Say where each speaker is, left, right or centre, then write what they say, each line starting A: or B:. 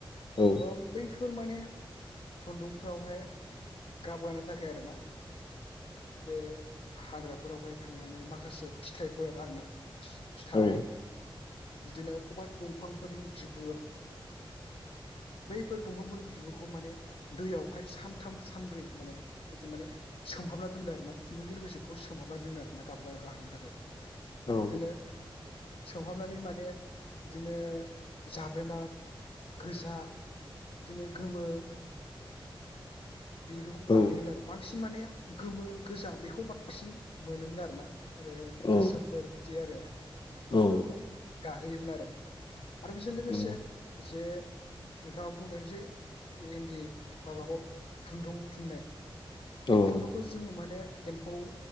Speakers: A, on the left (about 55°); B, on the left (about 80°).
A: औ
B: ओ बैफोर माने खुन्दुंफ्रावहाय गाबगानो थाखाय आरो ना बे हाग्राफोरावहाय थांनानै माखासे फिथाइफोर आरो ना फिथाइ
A: औ
B: बिदिनो अबबा दंफांफोरनि बिगुर बैफोर दंफांफोरनि बिबुरखौ माने दैयावहाय सानथाम सानब्रै माने बिदि माने सोमहाबना दोनदो आरो ना खुन्दुंजों लोगोसे खौ सोमहाबना दोना आरो ना गाब गा गाहोनो थाखाय।
A: औ
B: बिदिनो सोमहाबनानै माने बिदिनो जाब्रेना गोजा बिदिनो गोमो बिगोखौ
A: औ
B: गाहोयोमोन आरो बांसिन माने गोमो गोजा बेखौ बांसिन मोनोमोन आरो ना आरो गोसोमफोर
A: औ
B: बिदि आरो बैफोरखौ
A: औ
B: गाहोयोमोन आरो आरो बेजों लोगोसे
A: नंगौ
B: जे नोंथाङा बुंदों जे इन्दि माबाखौ खुन्दुं थुननाय ज
A: औ
B: खुन्दुंखौ
A: औ
B: जोङो माने एम्फौ